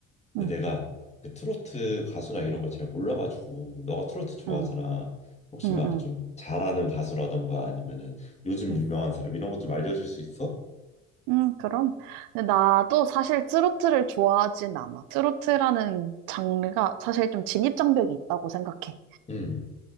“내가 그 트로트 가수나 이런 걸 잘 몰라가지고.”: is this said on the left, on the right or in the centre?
Left